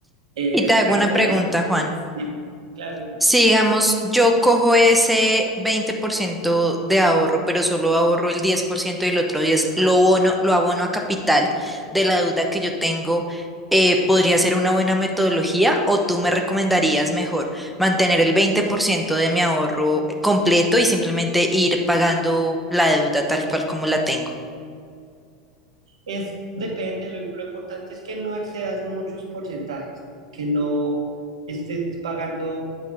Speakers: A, on the right; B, in the centre.
A: Eh,
B: Y te hago
A: ¿A
B: una
A: qué
B: pregunta,
A: voy?
B: Juan.
A: Dime, claro, dime.
B: Si digamos, yo cojo ese 20% de ahorro, pero solo ahorro el 10% y el otro 10% lo bono, lo abono a capital de la deuda que yo tengo, eh, ¿podría ser una buena metodología o tú me recomendarías mejor mantener el 20% de mi ahorro completo y simplemente ir pagando la deuda tal cual como la tengo?
A: Es, depende, lo, lo importante es que no excedas muchos porcentajes, que no estés pagando